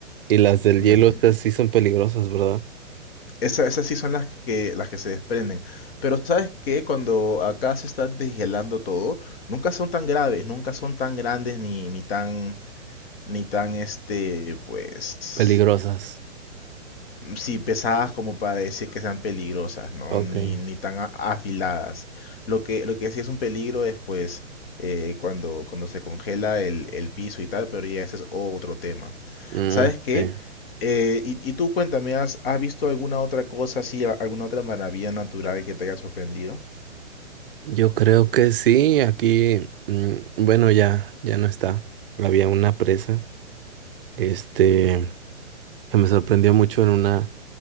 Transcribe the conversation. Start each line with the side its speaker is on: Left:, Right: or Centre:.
Right: Y las del
Left: imagina.
Right: hielo, estas sí son peligrosas, ¿verdad?
Left: Esa- esas sí son las que, las que se desprenden. Pero sabes que cuando acá se está deshielando todo, nunca son tan graves, nunca son tan grandes ni, ni tan, ni tan, este, pues...
Right: Peligrosas.
Left: sí, pesadas como para decir que sean peligrosas, ¿no?
Right: Ok.
Left: Ni, ni tan a- afiladas. Lo que, lo que sí es un peligro es pues eh, cuando, cuando se congela el, el piso y tal, pero ya ese es otro tema.
Right: Mm,
Left: ¿Sabes qué?
Right: sí.
Left: Eh, y, y tú cuéntame, ¿has, has visto alguna otra cosa así, a- alguna otra maravilla natural que te haya sorprendido?
Right: Yo creo que sí, aquí, mm, bueno, ya, ya no está. Había una presa. Este, que me sorprendió mucho en una,